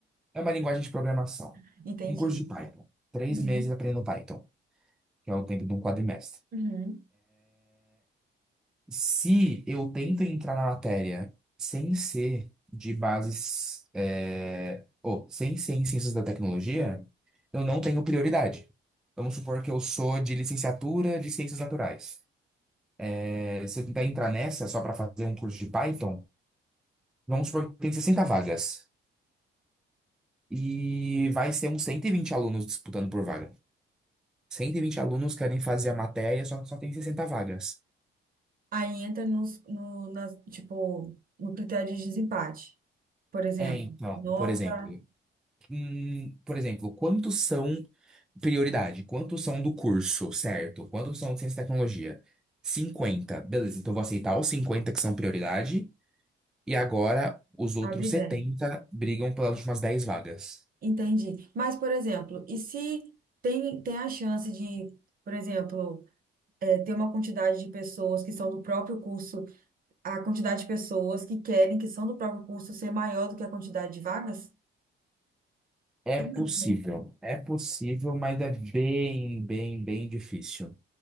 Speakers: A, in the centre; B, on the right (about 45°).
A: É uma linguagem de programação.
B: <laughs> Entendi.
A: Um curso de Python. Três
B: Uhum,
A: meses aprendendo Python, que é o tempo de um quadrimestre.
B: uhum.
A: Se eu tento entrar na matéria sem ser de bases, é, ou sem ser em ciências da tecnologia, eu não tenho prioridade. Vamos supor que eu sou de licenciatura de ciências naturais. É, se eu tentar entrar nessa só para fazer um curso de Python, vamos supor que tem 60 vagas. E vai ser uns 120 alunos disputando por vaga. cento e vinte alunos querem fazer a matéria, só que só tem sessenta vagas.
B: Aí entra nos, no, nas, tipo, no critério de desempate, por exemplo,
A: É, então,
B: nota
A: por exemplo, hum, por exemplo, quantos são prioridade? Quantos são do curso, certo? Quantos são de ciência e tecnologia? cinquenta Beleza, então eu vou aceitar os 50 que são prioridade e agora os outros
B: abridão.
A: 70 brigam pelas últimas 10 vagas.
B: Entendi. Mas, por exemplo, e se tem, tem a chance de, por exemplo, eh, ter uma quantidade de pessoas que são do próprio curso, a quantidade de pessoas que querem, que são do próprio curso, ser maior do que a quantidade de vagas?
A: É
B: Entendi.
A: possível, é possível, mas é bem, bem, bem difícil.